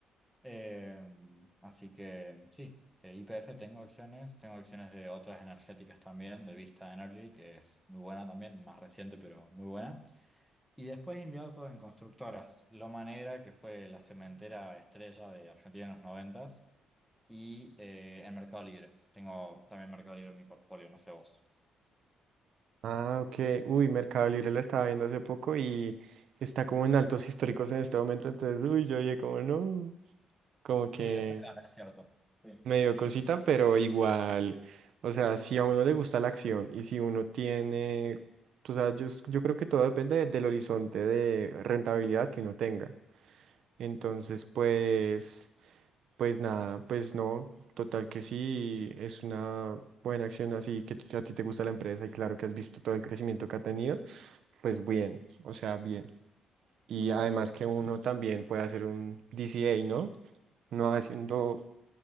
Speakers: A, in the centre; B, on the right.
A: Eh, así que sí, IPF tengo acciones, tengo acciones de otras energéticas también, de Vista Energy, que es muy buena también, más reciente, pero muy buena. Y después invierto en constructoras, Loma Negra, que fue la cementera estrella de Argentina en los noventas, y eh, en Mercado Libre. Tengo también Mercado Libre en mi portfolio, no sé vos.
B: Ah, ok. Uy, Mercado Libre la estaba viendo hace poco y está como en altos históricos en este momento, entonces, uy, yo dije como no, como que
A: Sí, está acá, es cierto. Sí.
B: Me dio cosita, pero igual, o sea, si a uno le gusta la acción y si uno tiene, tú sabes, yo, yo creo que todo depende del horizonte de rentabilidad que uno tenga. Entonces, pues, pues nada, pues no, total que sí, es una buena acción así que t- a ti te gusta la empresa y claro que has visto todo el crecimiento que ha tenido, pues bien, o sea, bien. Y además que uno también puede hacer un DCA, ¿no? No haciendo